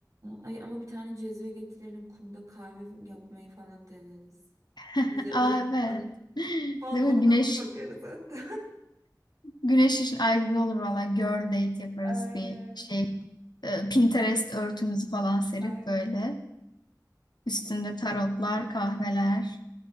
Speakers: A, on the right; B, on the left.
A: ay ama bir tane cezve getirelim kumda kahve yapmayı falan deneriz.
B: <laughs>
A: Güzel
B: Aa,
A: oluyor.
B: evet. <laughs>
A: <laughs> Fal
B: Değil mi?
A: bana
B: Güneş
A: bir bakarız hatta.
B: Güneş için ay güzel olur valla. Girl date yaparız
A: <laughs> Aynen.
B: bir şey. Ee, Pinterest örtümüzü falan serip
A: Aynen.
B: böyle. Üstünde
A: Aa,
B: tarotlar, kahveler.